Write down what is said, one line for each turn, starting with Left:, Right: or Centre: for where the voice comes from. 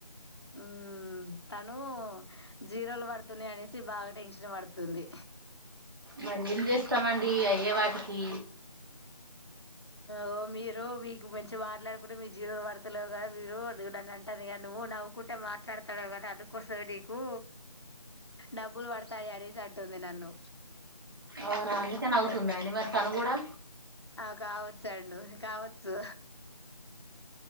Left: ఉ తను జీరోలు పడుతున్నాయి అనేసి బాగా టెన్షన్ పడుతుంది
Right: మరి ఏం చేస్తామండి అయ్యే వాటికి
Left: ఓ మీరు మీకు మంచి మాట్లాడుకుంటే మీ జీవులు పడతలేవు కదా మీరు నన్ను అంటాను కద నువ్వు నవ్వుకుంటే మాట్లాడతాడవ కదా అందుకోసం నీకు డబ్బులు పడతాయి అనేసి అటుంది నన్ను
Right: అవునా అందుకని అవుతుందండి మరి తను కూడా
Left: ఆ కావచ్చు అండు కావచ్చు